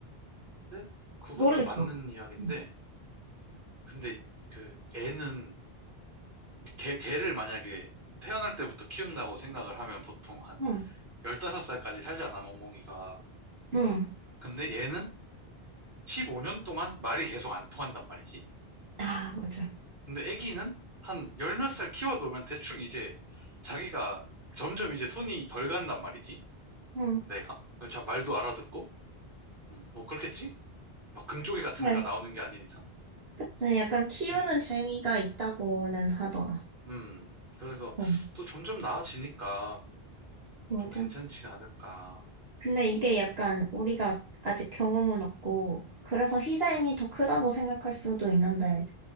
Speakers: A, on the right (about 55°); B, on the right (about 70°).
A: 근데 그것도
B: 모르겠어.
A: 맞는 이야기인데,
B: 응.
A: 근데 그 애는, 개, 개를 만약에 태어날 때부터 키운다고 생각을 하면 보통 한
B: 응.
A: 15살까지 살잖아, 멍멍이가.
B: 응.
A: 근데 얘는 15년 동안 말이 계속 안 통한단 말이지.
B: 아, 맞아.
A: 근데 애기는 한 열 몇 살 키워놓으면 대충 이제 자기가 점점 이제 손이 덜 간단 말이지.
B: 응.
A: 내가? 자, 말도 알아듣고? 음, 뭐 그렇겠지? 막 금쪽이 같은
B: 네.
A: 애가 나오는 게 아닌 이상?
B: 그치. 약간 키우는
A: 음,
B: 재미가 있다고는 하더라.
A: 음. 그래서
B: 어,
A: 또 점점 나아지니까
B: 맞아.
A: 또 괜찮지 않을까.
B: 근데 이게 약간 우리가 아직 경험은 없고, 그래서 희생이 더 크다고 생각할 수도 있는데,